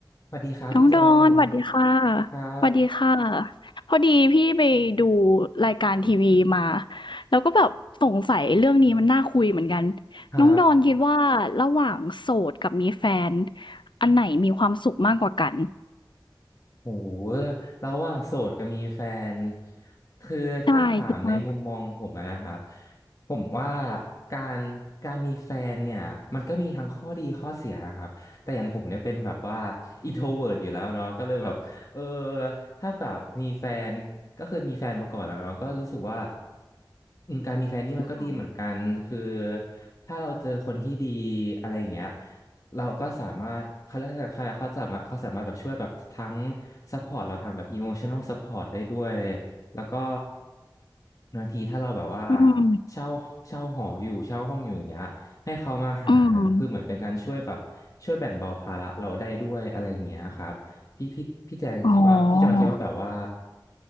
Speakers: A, on the left; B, on the left.
A: สวัสดีครับพี่จอย
B: น้องดอนสวัสดีค่ะ
A: ครับ
B: สวัสดีค่ะพอดีพี่ไปดูรายการทีวีมาแล้วก็แบบสงสัยเรื่องนี้มันน่าคุยเหมือนกัน
A: ครับ
B: น้องดอนคิดว่าระหว่างโสดกับมีแฟนอันไหนมีความสุขมากกว่ากัน
A: โหระหว่างโสดกับมีแฟนคือถ้าถามในมุมมองผมอะนะครับ
B: ใช่คิดว่า
A: ผมว่าการการมีแฟนเนี่ยมันก็มีทั้งข้อดีข้อเสียครับแต่อย่างผมเนี่ยเป็นแบบว่าอินโทเวิร์อยู่แล้วเนาะก็เลยแบบเออถ้าแบบมีแฟนก็เคยมีแฟนมาก่อนแล้วเนาะก็รู้สึกว่าอืมการมีแฟนนี่มันก็ดีเหมือนกันคือ
B: อืม
A: ถ้าเราเจอคนที่ดีอะไรอย่างเงี้ย เราก็สามารถเขาเรียกอะไรเขาเขาจะมาเขาสามารถแบบช่วยแบบทั้งซัพพอร์ตเราทางแบบ e m o t i o n a l Support ได้ด้วยแล้วก็บางทีถ้าเราแบบว่า
B: อืม
A: เช่าเช่าหออยู่เช่าห้องอยู่อย่างเงี้ยให้เขามาหารเพือเหมือนเป็นการช่วยแบบช่วยแบ่งเบาภาระเราได้ด้วยอะไรอย่างเงี้ยครับพี่พี่พี่แจงคิดว่าพี่จอยคิดว่าแบบว่า
B: อืมอ๋อ